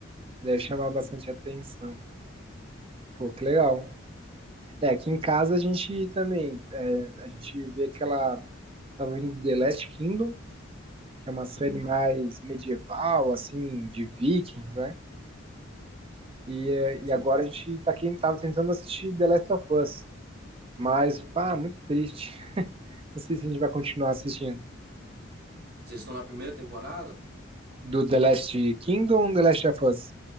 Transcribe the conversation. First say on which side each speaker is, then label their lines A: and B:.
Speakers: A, on the right (about 30°); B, on the right (about 50°).
A: Deve chamar bastante atenção. Pô, que legal. É, aqui em casa a gente também, é, a gente vê aquela, tava vendo The Last Kingdom, que é uma série
B: Uhum,
A: mais medieval, assim, de vikings, né? E, é, e
B: sim.
A: agora a gente tá aqui, tava tentando assistir The Last of Us, mas, pá, muito triste. <laughs> Não sei se a gente vai continuar assistindo.
B: Vocês estão na primeira temporada?
A: Do The Last Kingdom ou The Last of Us?